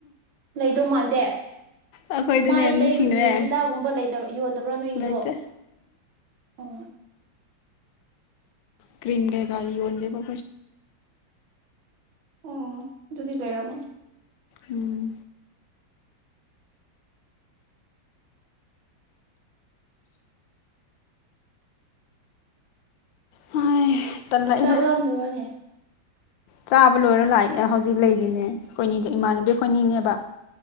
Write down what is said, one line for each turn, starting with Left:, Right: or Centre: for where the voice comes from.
Right: ꯂꯩꯗꯧ ꯃꯥꯟꯗꯦ
Left: ꯑꯩꯈꯣꯏꯗꯅꯦ
Right: ꯃꯥꯏ ꯇꯩꯕꯒꯤ
Left: ꯃꯤꯁꯤꯡꯅꯅꯦ
Right: ꯍꯤꯗꯥꯛꯒꯨꯝꯕꯇ ꯌꯣꯟꯗꯕ꯭ꯔꯥ ꯅꯣꯏꯒꯤꯗꯣ
Left: ꯂꯩꯇꯦ
Right: ꯎꯝ
Left: ꯀ꯭ꯔꯤꯝꯒ ꯀꯔꯤ ꯋꯥꯗꯕ
Right: ꯑꯣ ꯑꯗꯨꯗꯤ ꯂꯩꯔꯝꯃꯣ
Left: ꯎꯝ ꯍꯥꯏ ꯇꯜꯂꯛꯏꯗ
Right: ꯆꯥꯛ ꯂꯥꯝꯗꯧꯕꯅꯦ
Left: ꯆꯥꯕ ꯂꯣꯏꯔ ꯂꯥꯛ ꯍꯧꯖꯤꯛ ꯂꯩꯔꯤꯅꯦ ꯑꯩꯣꯏꯅꯤꯗ ꯏꯃꯥꯟꯅꯕꯤ ꯑꯩꯣꯏꯅꯤꯅꯦꯕ